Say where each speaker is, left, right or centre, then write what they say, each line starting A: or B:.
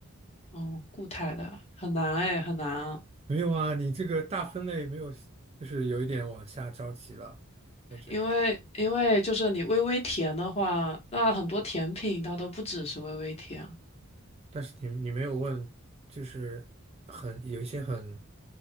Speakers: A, on the left (about 30°); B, on the right (about 30°).
A: 哦，固态的很难哎，很难啊，
B: 没有啊，你这个大分类没有，就是有一点往下着急了，我觉得。
A: 因为因为就是你微微甜的话，那很多甜品它都不只是微微甜。
B: 但是你你没有问，就是很有一些很